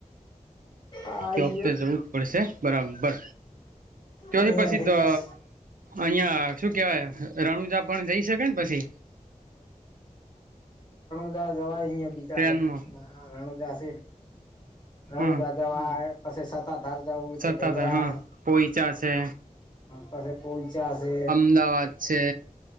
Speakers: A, on the left; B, on the right.
A: આઈ
B: કે વખતે જવું જ પડશે બરાબર તોહી
A: અહીંયાથી
B: પછી તો
A: બસ
B: અહિયાં શું કેવાય રણુજા પણ જઈ શકે ને પછી
A: વા બી
B: ટ્રેનમાં
A: રણુદાસ રણુદ
B: હા
A: દવા પછી સતાધાર જવું હોય
B: સતાધાર
A: તો ઘરાય
B: હા પોઈચા છે
A: પછી પો ચશે
B: અમદાવાદ છે